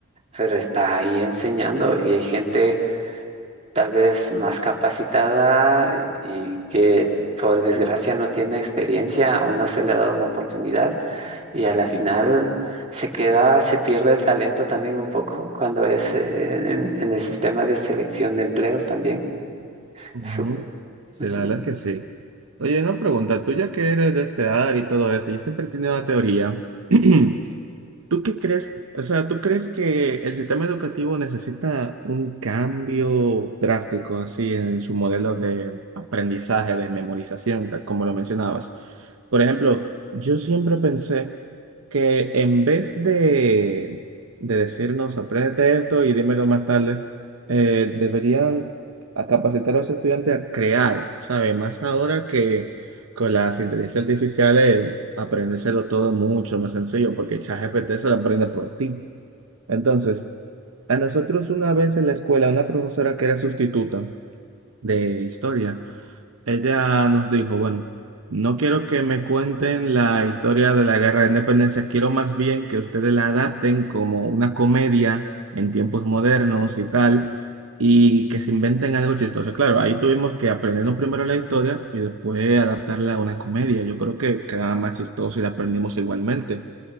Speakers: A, on the right (about 30°); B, on the right (about 75°).
A: pero está ahí enseñando y hay gente tal vez más capacitada y que por desgracia no tiene experiencia o no se le ha dado una oportunidad y a la final se queda, se pierde el talento también un poco cuando es eh, en, en el sistema de selección de empleos también.
B: Ujú.
A: Su-
B: Sí,
A: Ujú.
B: la verdad es que sí. Oye, una pregunta, tú ya que eres de este área y todo eso, yo siempre he tenido una teoría <clears throat> ¿Tú qué crees? O sea, ¿tú crees que el sistema educativo necesita un cambio drástico así en su modelo de aprendizaje, de memorización, tal como lo mencionabas? Por ejemplo, yo siempre pensé que en vez de, de decirnos, apréndete esto y dímelo más tarde, eh, deberían a capacitar a los estudiantes a crear, ¿sabes? Más ahora que con las inteligencias artificiales, aprendérselo todo mucho más sencillo, porque ChatGPT se lo aprende por ti. Entonces, a nosotros una vez en la escuela, una profesora que era sustituta de historia, ella nos dijo, bueno, no quiero que me cuenten la historia de la Guerra de Independencia, quiero más bien que ustedes la adapten como una comedia en tiempos modernos y tal, y que se inventen algo chistoso. Claro, ahí tuvimos que aprendernos primero la historia y después adaptarla a una comedia. Yo creo que quedaba más chistoso y la aprendimos igualmente.